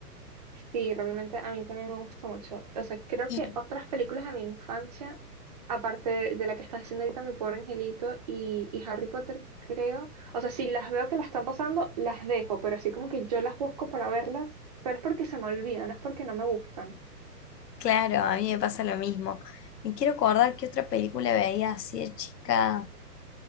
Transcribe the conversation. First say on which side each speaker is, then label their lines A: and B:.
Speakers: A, on the right; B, on the left.
A: Sí, realmente a mí también me gusta mucho. O sea, creo
B: Y
A: que otras películas de mi infancia, aparte de, de la que está diciendo ahorita Mi Pobre Angelito y, y Harry Potter, creo. O sea, si las veo que las están pasando, las dejo, pero así como que yo las busco para verlas, pero es porque se me olvidan, no es porque no me gustan.
B: claro, a mí me pasa lo mismo. Me quiero acordar qué otra película veía así de chica.